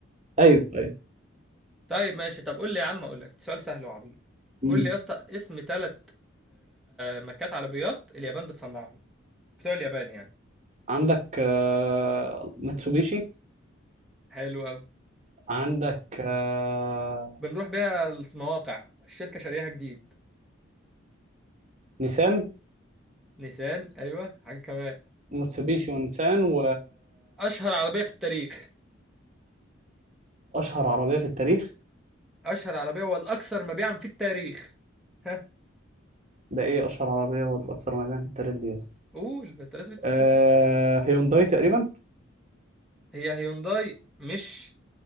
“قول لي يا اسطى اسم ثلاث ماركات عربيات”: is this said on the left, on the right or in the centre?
Centre